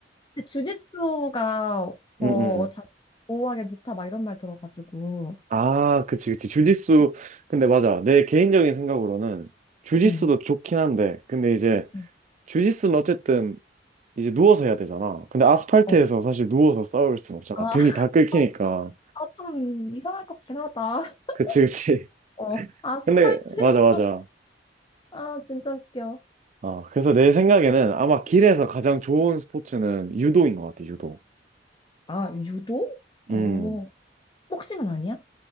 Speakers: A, on the left; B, on the right.
A: 근데 주짓수가 더
B: 음, 음.
A: 자기 보호하기엔 좋다 막 이런 말 들어가지고.
B: 아, 그치, 그치. 주짓수. 근데 맞아. 내 개인적인 생각으로는 주짓수도
A: 음.
B: 좋긴 한데, 근데 이제
A: 음.
B: 주짓수는 어쨌든 이제 누워서 해야 되잖아. 근데 아스팔트에서
A: 어.
B: 사실 누워서 싸울 순 없잖아.
A: 아,
B: 등이
A: <laughs>
B: 다 긁히니까.
A: 아, 좀 이상할 것 같긴 하다. <laughs>
B: 그치, 그치.
A: 어.
B: <laughs>
A: 아스팔트에서.
B: 근데 맞아, 맞아.
A: 아, 진짜 웃겨.
B: 아, 그래서 내 생각에는 아마 길에서 가장 좋은 스포츠는 유도인 것 같아, 유도.
A: 아, 유도? 어.
B: 음
A: 복싱은 아니야?